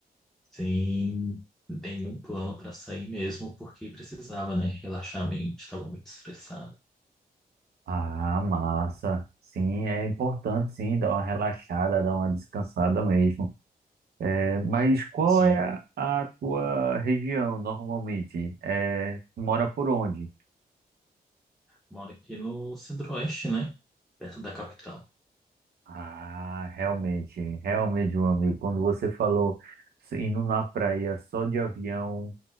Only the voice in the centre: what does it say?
sem nenhum plano para sair mesmo, porque precisava, né? Relaxar a mente, estava muito estressado.
Sim,
moro aqui no Centro-Oeste, né? Perto da capital.